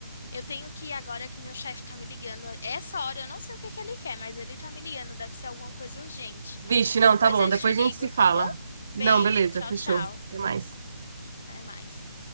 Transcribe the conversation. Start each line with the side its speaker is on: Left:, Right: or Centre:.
Left: eu tenho que ir agora que meu chefe tá me ligando. Essa hora eu não sei o que que ele quer, mas ele tá me ligando, deve ser alguma coisa urgente.
Right: Vixe, não,
Left: Depois
Right: tá bom,
Left: eu
Right: depois
Left: te ligo,
Right: a gente se
Left: tá
Right: fala.
Left: bom? Beijo,
Right: Não, beleza,
Left: tchau,
Right: fechou.
Left: tchau.
Right: Até mais.
Left: Até mais.